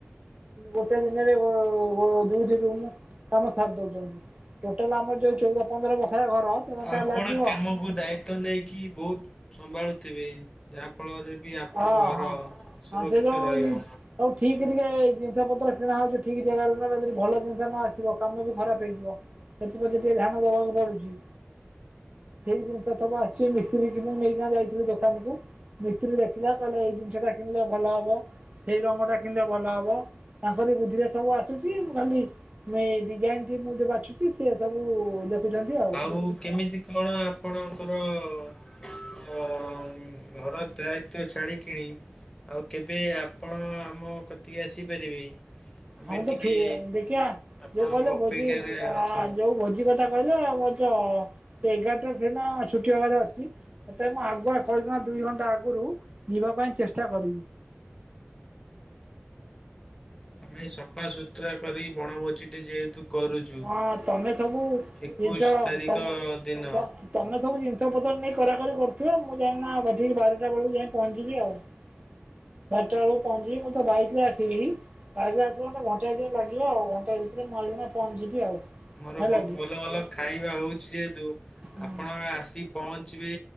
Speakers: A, on the right (about 30°); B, on the left (about 15°).
A: ଗୋଟେ ଦିନରେ ଦୁଇ ରୁମ୍ କାମ ସାରି ଦଉଛନ୍ତି। ଟୋଟାଲ ଆମର ଯୋଉ ଚଉଦ ପନ୍ଦର ବଖରା ଘର। ତେଣୁ ତା
B: ଆପଣ
A: ଲାଗିବ
B: କାମକୁ ଦାୟିତ ନେଇକି ବହୁତ ସମ୍ଭାଳୁଥିବେ ଯାହା ଫଳରେ ବି ଆପଣଙ୍କ
A: ହଁ
B: ଘର
A: ହଁ।
B: ସୁରକ୍ଷିତ
A: ହଁ ସେ ଯୋଉ
B: ରହିବ।
A: ସବୁ ଠିକ ଟିକେ ଜିନିଷ ପତ୍ର କିଣା ହଉଛି ଠିକ ଜାଗାରୁ ଯଦି ଭଲ ଜିନିଷ ନ ଆସିବ କାମ ବି ଖରାପ ହେଇଯିବ। ସେଥିପ୍ରତି ଟିକେ ଧ୍ୟାନ ଦବାକୁ ପଡୁଛି। ସେଇ ଜିନିଷ ସବୁ ଆସିଛି ମିସ୍ତ୍ରୀ କି ମୁଁ ନେଇକ ଯାଇଥିଲି ଦୋକାନ କୁ। ମିସ୍ତ୍ରୀ ଦେଖିଲା କହିଲେ ଏଇ ଜିନିଷଟା କିଣିଲେ ଭଲ ହବ ସେଇ ରଙ୍ଗଟା କିଣିଲେ ଭଲ ହବ। ତାଙ୍କରି ବୁଦ୍ଧିରେ ସବୁ ଆସୁଛି ମୁ ଖାଲି ମୁ ଏଇ ଡିଜାଇନ ଟି ମୁଁ ଯ ବାଛୁଛି ସେ ସବୁ ଦେଖୁଛନ୍ତି ଆଉ।
B: ଆଉ କେମିତି କଣ ଆପଣଙ୍କର ଘର ଦାୟିତଵ ଛାଡି କିଣି ଆଉ କେବେ ଆପଣ ଆମ କତିକି ଆସିପାରିବେ। ଆମେ
A: ହମ ତ
B: ଟିକେ
A: ଠିକ ଦେଖିବା
B: ଆପଣଙ୍କ
A: ଯୋଉ କହିଲେ ଭୋଜି
B: ଅପେକ୍ଷାରେ ଅଛୁ।
A: ଯୋଉ ଭୋଜି କ କହିଲେ ଆମ ଜ ଏଗାରଟାରେ ସିନା ଛୁଟି ହବାର ଅଛି। ତଥାପି ମୁଁ ଆଗୁଆ କହି ଦୁଇ ଘଣ୍ଟା ଆଗରୁ ଯିବା ପାଇଁ ଚେଷ୍ଟା କରିବି।
B: ଆମେ ସଫାସୁତୁରା କରି ବଣଭୋଜି ଟେ ଯେହେତୁ କରୁଛୁ
A: ହଁ ତମେ ସବୁ
B: ଏକୋଇଶ
A: ଜିନିଷ
B: ତାରିଖ
A: ତମେ
B: ଦିନ
A: ତମେ ସବୁ ଜିନିଷତ୍ର ନେଇ କରାକରି କରୁଥିବ, ମୁଁ ଯାଇକିଁନା ଠିକ୍ ବାରଟା ବେଳକୁ ଯାଇ ପହଞ୍ଚିବି ଆଉ। ବାରଟା ବେଳକୁ ପହଞ୍ଚିବି, ମୁଁ ତ ବାଇକ ରେ ଆସିବି। <unintelligible> ଘଣ୍ଟା ଟେଇ ଲାଗିବ ଆଉ, ଘଣ୍ଟାଏ ଭିତରେ <unintelligible> ପହଞ୍ଚିଯିବି ଆଉ।
B: ମୋର
A: ହେଲା
B: ବହୁତ
A: କି
B: ଭଲ ଭଲ ଖାଇବା ହଉଛି ଯେହେତୁ,
A: ହୁଁ
B: ଆପଣ ଆସି ପହଞ୍ଚିବେ